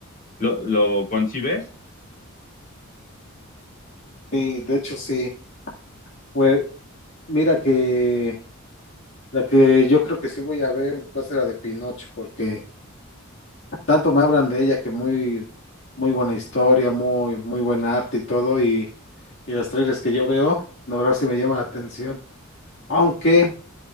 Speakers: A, on the left; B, on the left.
A: ¿Lo, lo concibes?
B: sí, de hecho sí. Pues, mira que la que yo creo que sí voy a ver va a ser la de Pinocho, porque... tanto me hablan de ella que muy, muy buena historia, muy, muy buen arte y todo, y, y los trailers que yo veo, la verdad sí me llaman la atención. Aunque